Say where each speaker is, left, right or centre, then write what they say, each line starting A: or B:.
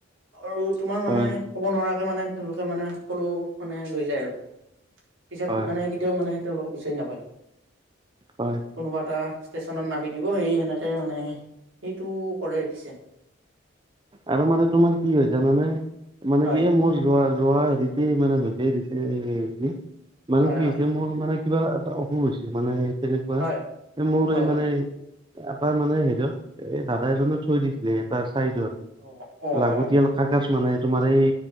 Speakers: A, on the right; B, on the right.
A: আৰু তোমাৰ মানে
B: হয়
A: ক'ব নোৱাৰাকে মানে তেওঁলোকে মানে সকলো মানে লৈ যায় আৰু- পিছত
B: হয়
A: মানে কেতিয়াও মানে তেওঁলোকক বিচাৰি নাপায়।
B: হয়
A: কোনোবা এটা ষ্টেশচনত নামি দিব, সেই সেনেকে মানে- এইটো কৰাই ৰাখিছে।
B: আৰু মানে তোমাৰ কি হয় জানানে মানে
A: হয়
B: কি এই মোৰ- যোৱা যোৱা হেৰিতেই মানে হৈছে দিছে হেৰি মানে
A: হয়
B: কি
A: হয়
B: হৈছে মোৰ মানে- কিবা এটা অসুখ হৈছে মানে তেনেকুৱা,
A: হয়
B: মোৰ
A: হয়
B: এই
A: হয়
B: মানে-
A: হয়
B: এটা মানে হেৰিত এই দাদা এজনে থৈ দিছিলে তাৰ চাইডত।
A: অঁ, অঁ।
B: লাগতিয়াল কাগাজ মানে তোমাৰ এই